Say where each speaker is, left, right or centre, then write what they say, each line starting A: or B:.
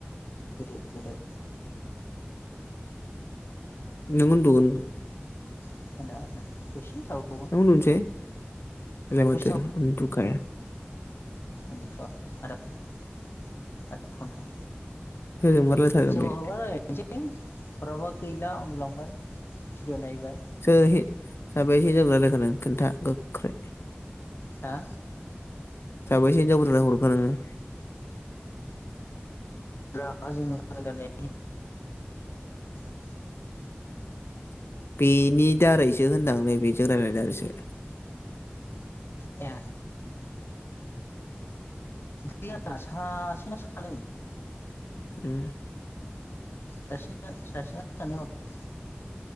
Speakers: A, on the left; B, on the left.
A: गिदिर गिदिर
B: नों उन्दगोन
A: <unintelligible> दुसि थाव
B: नों ओन्दुनोसै? बेलाय
A: दसे
B: माथो ओन्दुखाया।
A: ओन्दुथआ थआ र आरो एक घन्टा।
B: सोरजोंबा रायलायथारगोन
A: सोरबा
B: बे
A: हरबा रायज्लायनोसै हराबा गैला ओन्दुलांबाय। भिडिअ नायबाय
B: <unintelligible> खिन्था गोख्रै
A: हा?
B: साबैसे हिनजावफोरनो हरखो नोङो?
A: दा जोंनि <unintelligible>
B: बेनि दारैसो होनदां नै बे जों रायलायनाय दारैसो
A: ए। गैया सासेना सानै।
B: उम
A: दासो सासेना सानै हरदों।